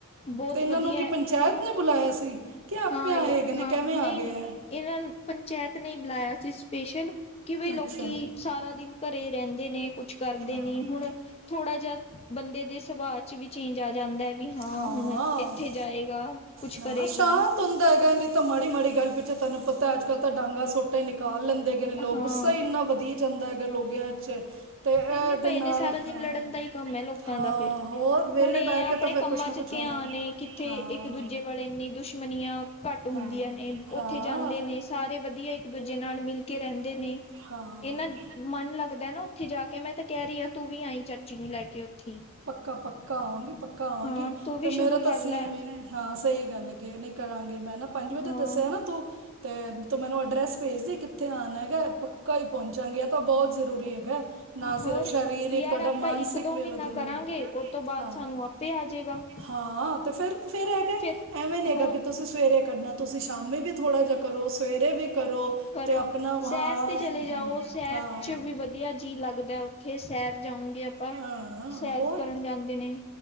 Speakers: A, on the left; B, on the right.
A: ਬਹੁਤ
B: ਤੇ ਇਹਨਾਂ
A: ਵਧੀਆ
B: ਨੂੰ ਕੀ ਪੰਚਾਇਤ ਨੇ ਬੁਲਾਇਆ ਸੀ ਕਿ ਆਪੇ
A: ਹਾਂ
B: ਆਏ
A: ਯ
B: ਹੈਗੇ ਨੇ
A: ਹਾਂ
B: ਕੈਵੇ ਆ
A: ਨਹੀਂ
B: ਗਏ ਇਹ।
A: ਇਹਨਾਂ ਨ ਪੰਚਾਇਤ ਨੇ ਈ ਬੁਲਾਇਆ ਸੀ ਸਪੈਸ਼ਲ ਕਿਵੇ ਲੋਕੀ
B: ਅੱਛਾ
A: ਸਾਰਾ ਦਿਨ ਘਰੇ ਰਹਿੰਦੇ ਨੇ। ਕੁਛ ਕਰਦੇ
B: ਹਾਂ ਹਾਂ
A: ਨੀ ਹੁਣ ਥੋੜਾ ਜਿਹਾ ਬੰਦੇ ਦੇ ਸੁਭਾਅ ਚ ਵੀ ਚੇਂਜ ਆ ਜਾਂਦਾ ਵੀ ਹਾਂ,
B: ਹਾਂ
A: ਹੁਣ ਇੱਥੇ ਜਾਏਗਾ। ਕੁਛ
B: ਨਾ,
A: ਕਰੇਗਾ
B: ਸ਼ਾਂਤ ਹੁੰਦਾ ਹੈਗਾ ਨਹੀਂ ਤਾਂ ਮਾੜੀ-ਮਾੜੀ ਗੱਲ ਪਿੱਛੋਂ ਤੈਨੂੰ ਪਤਾ ਅੱਜ ਕੱਲ੍ਹ ਤਾਂ ਡਾਂਗਾ ਸੋਟ ਤੇ ਨਿਕਾਲ ਲੈਂਦੇ ਹੈਗੇ ਨੇ ਲੋਕ
A: ਹਾਂ
B: ਗੁੱਸਾ ਹੀ ਇੰਨਾ ਵਧੀ ਜਾਂਦਾ ਹੈਗਾ ਲੋਗਾ ਚ। ਤੇ ਇਹਦੇ
A: ਵਿਹਲੇ ਪਏ ਨੇ
B: ਨਾਲ
A: ਸਾਰਾ ਦਿਨ
B: ਹਾਂ
A: ਲੜਨ ਦਾ ਹੀ ਕੰਮ ਹੈ ਲੋਕਾਂ
B: ਹਾਂ
A: ਦਾ ਤੇ,
B: ਹੋਰ ਵਿਹਲੇ
A: ਹੁਣ ਇਹ
B: ਬਹਿ
A: ਹੈ
B: ਕੇ
A: ਆਪਣੇ
B: ਤਾਂ ਫਿਰ
A: ਕੰਮਾਂ
B: ਕੁਛ ਨਾ
A: ਚ
B: ਕੁਛ
A: ਧਿਆਨ
B: ਹੋਣਾ
A: ਏ ਕਿ ਉੱਥੇ
B: ਹਾਂ
A: ਇੱਕ ਦੂਜੇ ਵਾਲੇ ਇੰਨੀ ਦੁਸ਼ਮਨੀਆਂ ਘੱਟ ਹੁੰਦੀਆਂ
B: ਹਾਂ
A: ਨੇ
B: ਹਾਂ
A: ਉੱਥੇ ਜਾਂਦੇ ਨੇ ਸਾਰੇ ਵੱਧੀਆ ਇੱਕ ਦੂਜੇ ਨਾਲ ਮਿਲ ਕੇ ਰਹਿੰਦੇ ਨੇ
B: ਹਾਂ
A: ਇੰਨਾ ਮਨ ਲੱਗਦਾ ਨਾ ਓ ਉੱਥੇ ਜਾ ਕੇ ਮੈਂ ਤੇ ਕਹ ਰਹੀ ਆ, ਤੂੰ ਵੀ ਆਈ ਚਾਚੀ ਨੂੰ ਲੈ ਕੇ ਉੱਥੇ।
B: ਪੱਕਾ-ਪੱਕਾ ਆਵਾਂਗੀ ਪੱਕਾ ਆਵਾਂਗੀ
A: ਹਾਂ ਤੂੰ ਵੀ
B: ਤੇ
A: ਸ਼ੁਰੂ
B: ਮੇਰਾ ਤੇ
A: ਕਰ
B: ਸੀਂ
A: ਲੈ
B: ਵੀ ਨੇ, ਹਾਂ ਸਹੀ ਗੱਲ ਹੈਗੀ ਏ। ਕਰਾਂਗੀ ਮੈਂ ਨਾ ਪੰਜ ਵਜੇ
A: ਹਾਂ
B: ਦੱਸਿਆ ਨਾ ਤੂੰ ਤੇ ਤੂੰ ਮੈਨੂੰ ਐਡਰੈਸ ਭੇਜ ਦੀ ਕਿੱਥੇ ਆਨਾ। ਪੱਕਾ-ਪੱਕਾ ਹੀ ਪਹੁੰਚਾਂਗੇ ਇਹ ਤੇ ਬਹੁਤ ਜ਼ਰੂਰੀ ਹੈਗਾ ਨਾ ਸਿਰਫ
A: ਹੋਰ
B: ਸ਼ਰੀਰਿਕ
A: ਯਾਰ
B: ਤੁਹਾਡਾ
A: ਆਪਾਂ
B: ਮਾਨਸਿਕ
A: ਇੱਕ
B: ਵੀ
A: ਮਹੀਨਾ
B: ਵਧੀਆ ਹੁੰਦਾ
A: ਕਰਾਂਗੇ ਉਹ ਤੋਂ ਬਾਅਦ
B: ਹਾਂ
A: ਸਾਨੂੰ ਆਪੇ ਆ ਜਾਏਗਾ।
B: ਹਾਂ ਤੇ ਫੇਰ ਫੇਰ ਹੈਗੇ
A: ਫਿਰ
B: ਐਵੇਂ ਨੀ ਹੈਗਾ
A: ਹੋਰ
B: ਕਿ ਤੁਸੀਂ ਸਵੇਰੇ ਕਰਨਾ, ਤੁਸੀਂ ਸ਼ਾਮੀ ਵੀ ਥੋੜ੍ਹਾ ਜਿਹਾ ਸਵੇਰੇ ਵੀ ਕਰੋ
A: ਕਰੋ
B: ਤੇ ਆਪਣਾ
A: ਸੈਰ
B: ਹਾਂ
A: ਤੇ ਚਲੇ ਜਾਓ ਸੈਰ
B: ਹਾਂ।
A: ਚ ਵੀ ਵਧੀਆ ਜੀ ਲਾਗਦਾ ਉੱਥੇ ਸੈਰ ਜਾਊਂਗੇ ਆਪਾਂ,
B: ਹਾਂ
A: ਸੈਰ
B: ਹੋਰ
A: ਕਰਨ ਜਾਂਦੇ ਨੇ